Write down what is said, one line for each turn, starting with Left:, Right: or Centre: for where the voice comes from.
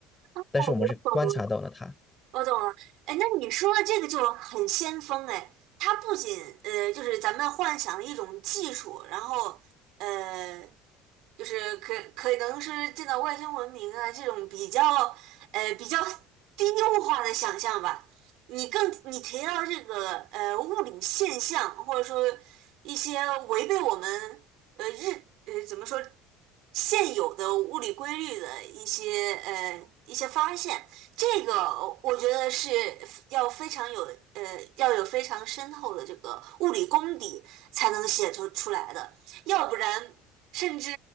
Right: 哦我懂
Left: 但是我们是观察到了它。
Right: 我懂了，哎，那你说的这个就很先锋哎，它不仅呃，就是咱们幻想一种技术，然后呃，就是可可能是见到外星文明啊这种比较呃比较低幼化的想象吧。你更你提到这个呃物理现象，或者说一些违背我们。呃日呃怎么说现有的物理规律的一些呃一些发现，这个我觉得是要非常有呃要有非常深厚的这个物理功底才能写出出来的，要不然。甚至